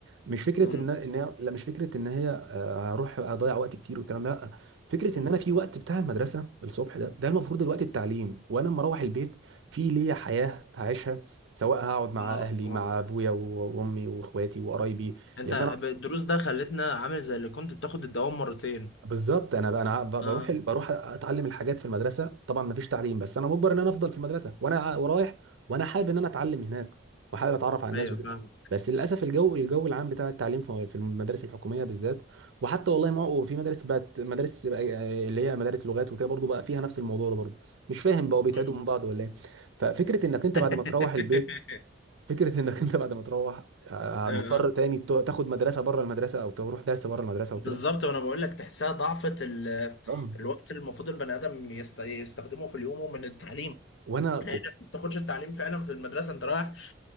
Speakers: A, on the right; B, on the left.
A: مش فكره
B: أمم.
A: ان ان هي لا مش فكره ان هي آه، هروح اضيع وقت كتير والكلام ده لا فكره
B: أمم.
A: ان انا في وقت بتاع المدرسه الصبح ده ده المفروض الوقت التعليم وانا لما اروح البيت في ليا حياه هعيشها سواء هقعد مع
B: اه
A: اهلي
B: اه
A: مع
B: اه
A: ابويا و- وامي واخواتي وقرايبي
B: انت
A: لان انا
B: ب- الدروس ده خلتنا عامل زي اللي كنت بتاخد الدوام مرتين
A: بالظبط انا بقى انا ب-
B: اه
A: بروح
B: آه.
A: ال- بروح اتعلم الحاجات في المدرسه طبعا ما فيش تعليم بس انا مجبر ان انا افضل في المدرسه وانا ع- ورايح وانا حابب ان انا اتعلم هناك وحابب اتعرف على الناس
B: ايوه
A: وكده
B: فاهم
A: بس للاسف الجو الجو العام بتاع التعليم في في المدارس الحكوميه بالذات وحتى والله ما هو في مدارس بقت مدارس بقى اللي هي مدارس لغات وكده برضو بقى فيها نفس الموضوع ده برضو مش فاهم بقوا بيتعدوا
B: أمم.
A: من بعض ولا ايه ففكره انك انت
B: <laughs>
A: بعد ما تروح البيت فكره انك انت بعد ما تروح آه،
B: آه.
A: مضطر
B: آه.
A: تاني ت- تاخد مدرسه بره المدرسه او تروح درس بره المدرسه وكده
B: بالظبط وانا بقول لك تحسها ضعفة ال...
A: آه.
B: الوقت اللي المفروض البني ادم يست... يستخدمه في اليوم من التعليم
A: وانا
B: لانك ما بتاخدش التعليم فعلا في المدرسه انت رايح